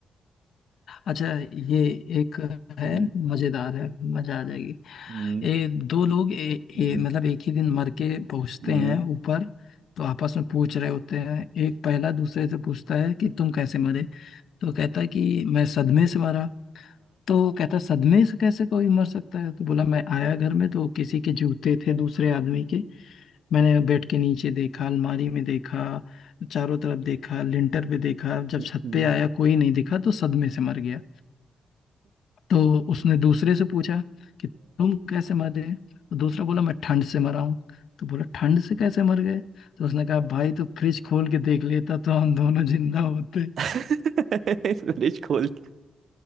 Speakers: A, on the left; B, on the right.
A: अच्छा ये एक है
B: हम्म
A: मजेदार है मजा आ जाएगी
B: हम्म
A: ए, दो लोग ए, ए,
B: हम्म,
A: मतलब एक ही दिन मर के पहुंचते
B: हम्म।
A: हैं ऊपर तो आपस में पूछ रहे होते हैं एक पहला दूसरे से पूछता है कि तुम कैसे मरे तो कहता है कि मैं सदमे से मरा तो वो कहता सदमे से कैसे कोई मर सकता है तो बोला मैं आया घर में तो किसी के जूते थे दूसरे आदमी के मैंने बेड के नीचे देखा अलमारी में देखा चारों तरफ देखा लिंटर पे देखा जब
B: 嗯嗯嗯嗯嗯嗯嗯嗯，फ्रिज
A: छत पे आया कोई नहीं दिखा तो सदमे से मर गया तो उसने दूसरे से पूछा कि तुम कैसे मरे तो दूसरा बोला मैं ठंड से मरा हूँ तो बोला ठंड से कैसे मर गए तो उसने कहा भाई तू फ्रिज खोल के देख लेता तो हम दोनों जिंदा होते
B: <laughs> <laughs> खोल के